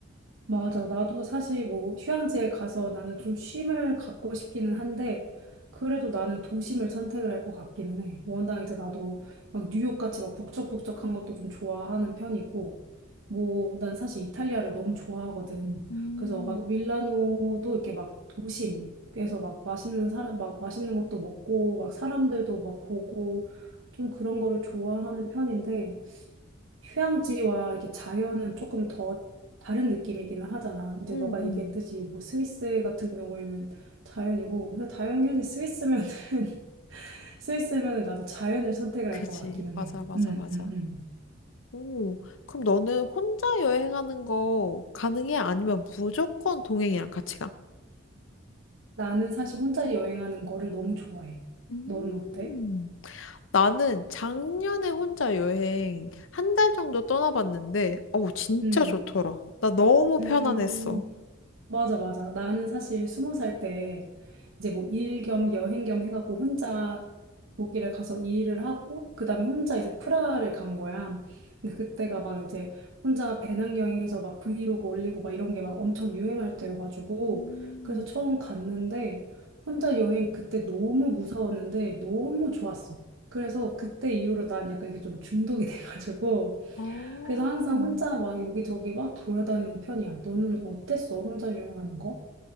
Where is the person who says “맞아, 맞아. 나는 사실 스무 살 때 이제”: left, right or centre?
Right